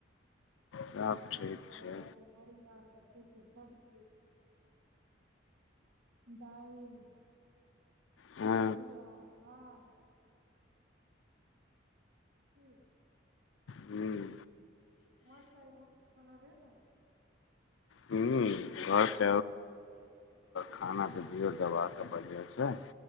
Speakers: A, on the left; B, on the right.
A: सब ठीक
B: करा
A: छै
B: के के माच <unintelligible> सब्जी दाईल
A: हँ
B: तरुआ भात। ह।
A: ह्म।
B: मस्त आय आहुके खाना भेल ऐ।
A: ह घर त खाना त दियौ दबा के वजह से।